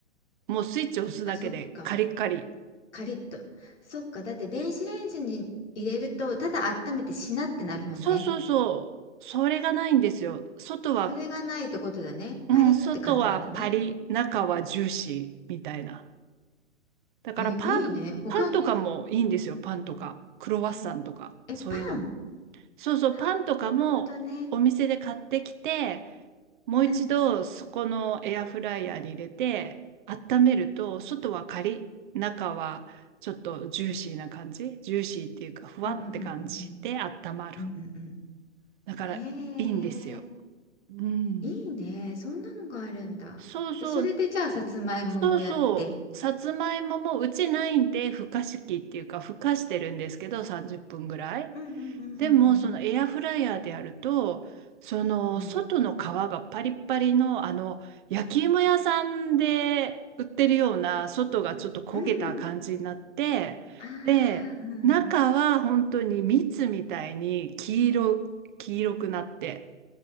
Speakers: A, on the right (about 40°); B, on the left (about 65°).
A: もうスイッチを押すだけでカリッカリ。
B: あ、そっか。カリッと。そっか。だって電子レンジに入れると、ただ温めてしなってなるもんね。
A: そうそうそう。それがないんですよ。外は、
B: それがないってことだね。
A: うん、
B: パリって感じなんだね。
A: 外はパリ、中はジューシーみたいな。だからパン、
B: え、いいね。他に、
A: パンとかもいいんですよ。パンとか。
B: うん
A: クロワッサンとか。
B: え、
A: そういうのも。
B: パン。
A: そうそう、
B: ああ、
A: パンとかもお店で買ってきて、
B: なるほどね。
A: もう一度そこのエアフライヤーに入れて温めると、
B: うん。
A: 外はカリッ、中はちょっとジューシーな感じ。ジューシーっていうか、ふわって感じで温まる。
B: うんうんうんうんうん。うんうんうん。
A: だからいいんですよ。
B: へえ、
A: うん。
B: いいね。そんなのがあるんだ。
A: そうそう、
B: で、それでじゃあ、さつまいももやって。
A: そうそう。さつまいももうちないんで、ふかし器っていうか、ふかしてるんですけど、30分ぐらい。
B: うんうんうんうんうん。
A: でもそのエアフライヤーでやるとその外の皮がパリッパリのあの焼き芋屋さんで売ってるような外がちょっと焦げた感じになってで中は本当に蜜みたいに黄色、
B: うん。うん。ああ、うん。
A: 黄色くなって